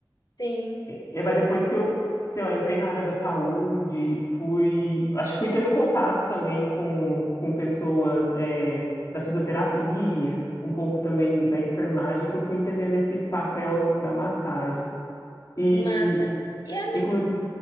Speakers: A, on the left (about 60°); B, on the left (about 45°).
A: Sim,
B: E vai depois que eu, sei lá, entrei na área da saúde, fui, acho que fui tendo contato também com, com pessoas é, da fisioterapia, um pouco também da enfermagem, que eu fui entendendo esse papel da massagem. E,
A: massa. E amigo,
B: inclusive,